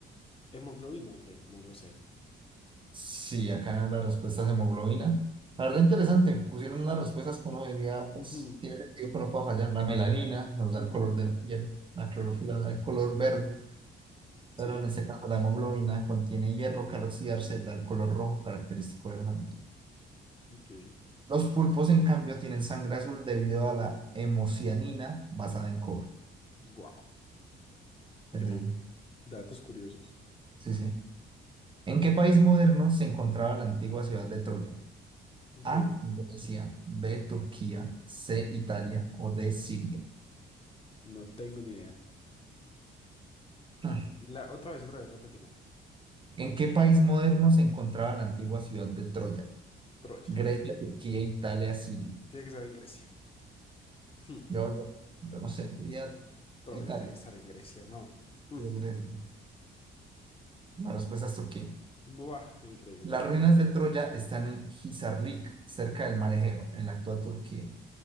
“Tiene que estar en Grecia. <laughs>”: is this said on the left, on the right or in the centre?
Left